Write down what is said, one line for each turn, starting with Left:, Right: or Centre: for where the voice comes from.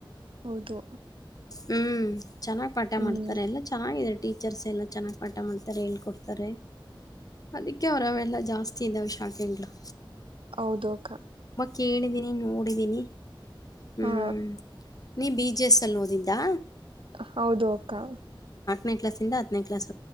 Right: ಹೌದು
Left: ಹ್ಮ್ ಚೆನ್ನಾಗ್ ಪಾಠ
Right: ಹ್ಮ್
Left: ಮಾಡ್ತಾರೆ ಎಲ್ಲಾ ಚೆನ್ನಾಗಿದೆ ಟೀಚರ್ಸ್ ಎಲ್ಲ ಚೆನ್ನಾಗಿ ಪಾಠ ಮಾಡ್ತಾರೆ ಹೇಳ್ಕೊಡ್ತಾರೆ ಅದಕ್ಕೆ ಅವರೆಲ್ಲ ಜಾಸ್ತಿ ಇದ್ದಾವೆ ಶಾಕಂಗ್ಗಳು
Right: ಹೌದಕ
Left: ಕೇಳಿದೀನಿ ನೋಡಿದ್ದೀನಿ ಹ್ಮ್
Right: ಹಾ
Left: ನೀ ಬಿ ಜೆ ಎಸ್ಸಲ್ಲಿ ಓದಿದ್ದಾ
Right: ಹೌದು ಅಕ್ಕ
Left: ನೇ ಕ್ಲಾಸಿಂದ ಹತ್ ನಕ್ಲಸ್